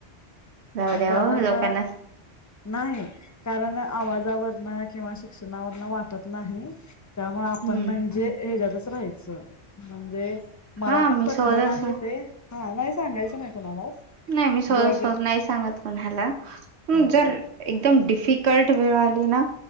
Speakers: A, on the right; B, on the left.
A: जाऊ द्या
B: कारण
A: ओ लोकांना
B: नाही कारण आवाजावरन किंवा शिक्षणावरन तत नाही नाही त्यामुळे आपण
A: हम्म
B: म्हणजे हे ज राहायचं- म्हणजे मला
A: हा
B: पण
A: मी
B: पटलं
A: सहज
B: नाही
A: असं
B: ते हा नाही सांगायचं नाही कुणालाच
A: नाही मी सहज
B: जाऊ
A: सहज
B: दे
A: नाही सांगत कोणाला
B: हा
A: जर एकदम डिफिकल्ट वेळ आ ना